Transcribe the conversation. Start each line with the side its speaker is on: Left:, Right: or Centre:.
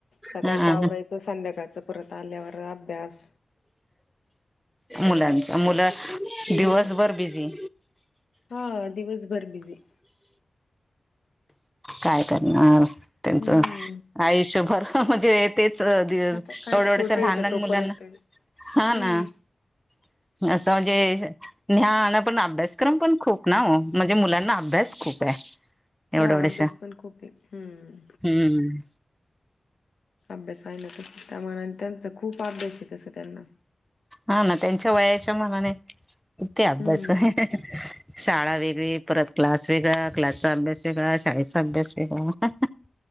Left: सकाळचं
Centre: हा
Left: आवरायचं संध्याकाळचं परत आल्यावर अभ्यास- <unintelligible>
Centre: मुलांच मुलं
Left: हम्म
Centre: दिवसभर बिझी
Left: हा- दिवसभर बिझी-
Centre: काय करणार त्यांचं
Left: हम्म
Centre: आयुष्यभर ह ह मजेत- तेच एवढ्या
Left: आता काय छोटे
Centre: एढ्याश लहान
Left: येत
Centre: लहान
Left: तोपर्यंत
Centre: मुलांना हा
Left: हम्म
Centre: ना- असं म्हणजे ज्ञान पण अभ्यासक्रम पण खूप- नाव म्हणजे मुलांना अभ्यास खूप आहे. एवढं
Left: हा
Centre: एवढशा
Left: अभ्यास पण खूप आहे हम्म.
Centre: हम्म
Left: अभ्यास आहे ना तर त्या मानाने त्यांचा खूप अभ्यास आहे कस त्यांना.
Centre: ह ना त्यांच्या वयाच्या मनाने किती अभ्यास
Left: हम्म
Centre: आहे हे हे हा- शाळा वेगळी परत क्लास वेगळा क्लासचा अभ्यास वेगळा शाळेचा अभ्यास वेगळा हा हा-